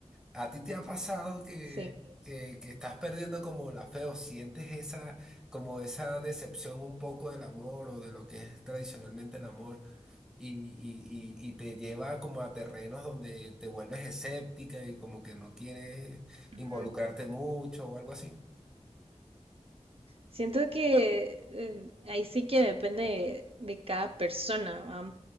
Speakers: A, in the centre; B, on the right.
A: ¿A ti te ha pasado que,
B: Sí.
A: que, que estás perdiendo como la fe o sientes esa, como esa decepción un poco del amor o de lo que es tradicionalmente el amor y, y- y- y te lleva como a terrenos donde te vuelves escéptica y como que no quieres
B: Ujú.
A: involucrarte mucho o algo así?
B: Siento que eh, ahí sí que depende de cada persona, ¿va?